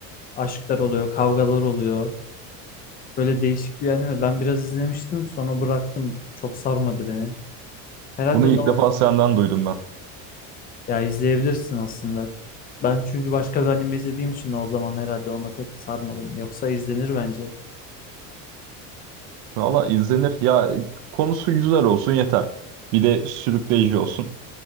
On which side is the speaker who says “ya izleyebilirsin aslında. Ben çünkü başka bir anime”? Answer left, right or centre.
Left